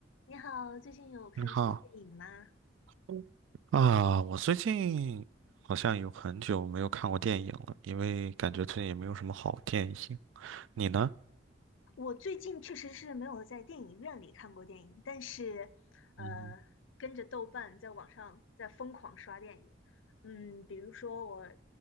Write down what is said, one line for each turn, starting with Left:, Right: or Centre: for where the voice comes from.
Left: 你好，最近有看什么电影吗？
Right: 你好嗯啊，我最近好像有很久没有看过电影了，因为感觉最近也没有什么好电影。你呢？
Left: 我最近确实是没有在电影院里看过电影，但是，呃，
Right: 嗯哼
Left: 跟着豆瓣在网上在疯狂刷电影。嗯，比如说我